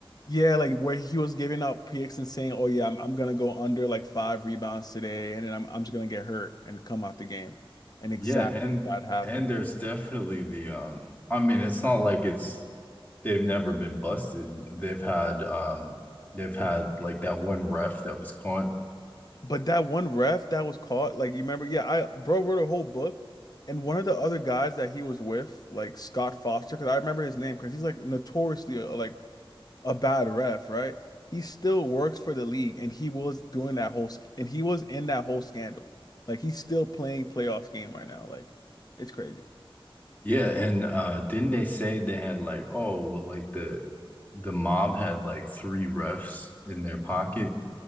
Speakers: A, on the left; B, on the left.
A: Yeah, like where he was giving out picks and saying, "Oh yeah, I'm I'm gonna go under like five rebounds today, and then I'm I'm just gonna get hurt and come out the game." And exactly
B: Yeah, and
A: that happened.
B: and there's definitely the um I mean it's not like it's they've never been busted. They've had um they've had like that one ref that was caught.
A: But that one ref that was caught, like you remember, yeah, I bro wrote a whole book, and one of the other guys that he was with, like Scott Foster, because I remember his name, because he's like notoriously uh, like a bad ref, right? He still works for the league, and he was doing that whole, sc- and he was in that whole scandal. Like he's still playing playoffs game right now. Like it's crazy.
B: Yeah, and uh didn't they say they had like oh well like the the mob had like three refs in their pocket.